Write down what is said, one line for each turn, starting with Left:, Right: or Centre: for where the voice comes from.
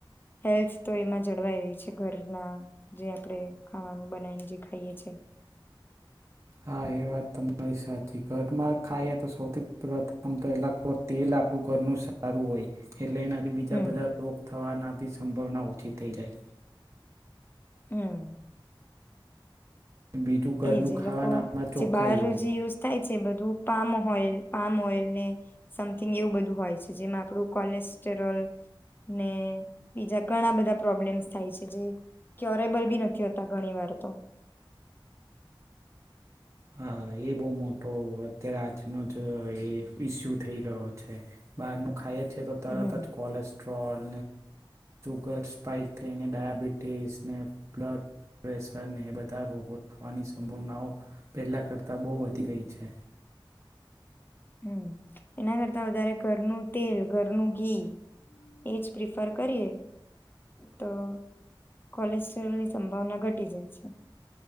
Left: હેલ્થ તો એમાં જળવાય રહી છે ઘરના જે આપણે ખાવાનું બનાવીને જે. થ છે.
Right: હા એ વાત તમારી સાચી ઘરમાં ખાઈએ તો સૌથી પ્રથમ તો એ તેલ આપણું ઘરનું સારું હોય. એટલે એનાથી બીજા
Left: હમ
Right: બધા રોગ થવાના આપી. સંભાવના ઓછી થઈ જાય.
Left: હમ.
Right: બીજું
Left: એ
Right: ઘરનું
Left: જે
Right: ખાવાનામાં
Left: લોકો
Right: ચોખ્ખાઈ
Left: જે બહાર
Right: હોય
Left: જે યુઝ થાય છે બધું પામ હોઈલ. પામ ઓઇલ ને સમથિંગ એવું બધું હોય છે જેમાં આપણું કોલેસ્ટરોલ ને બીજા ઘણા બધા પ્રોબ્લેમ્સ થાય છે જે ક્યોરેબલ બી નથી હોતા ઘણી વાર તો.
Right: હ એ બહ મોટો અત્યારે આજનો જ ઈસ્યુ. થઈ રહ્યો છે બહાર ન ખાઈએ છેએ તો તરત
Left: હમ
Right: જ કોલેસ્ટ્રોલ. ગેસ થાયને ડાયાબિટીસને બ્લડ પ્રેશરને બધા રોગો થવાની સંભાવનાઓ. પહેલા કરતાં બહુ વધી ગઈ છે.
Left: હમ એના કરતા વધારે ઘરનું તેલ ઘરનું ઘી એજ પ્રિફર કરીએ તો કોલેસ્ટ્રોલની સંભાવના ઘટી જાય છે.